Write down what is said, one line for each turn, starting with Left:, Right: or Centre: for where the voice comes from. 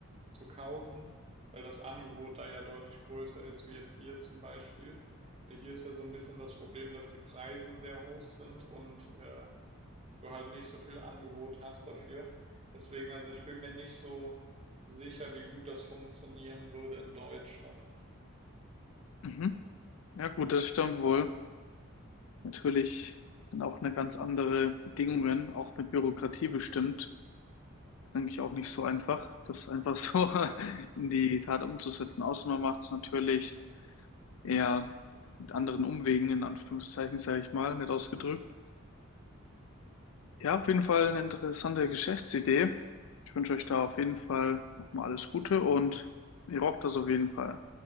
Right: zu kaufen, weil das Angebot da ja deutlich größer ist, wie jetzt hier zum Beispiel. Weil Hier ist ja so ein bisschen das Problem, dass die Preise sehr hoch sind und äh, du halt nicht so viel Angebot hast dafür. Deswegen, also ich bin mir nicht so sicher, wie gut das funktionieren würde in Deutschland.
Left: Mhm. Ja gut, das stimmt wohl. Natürlich dann auch eine ganz andere Bedingungen, auch mit Bürokratie bestimmt. Denke ich auch nicht so einfach, das einfach so
Right: Mhm.
Left: <laughs> in die Tat umzusetzen. Außer man macht es natürlich eher mit anderen Umwegen, in Anführungszeichen, sage ich mal, nett ausgedrückt. Ja, auf jeden Fall eine interessante Geschäftsidee. Ich wünsche euch da auf jeden Fall nochmal alles Gute und ihr rockt das auf jeden Fall.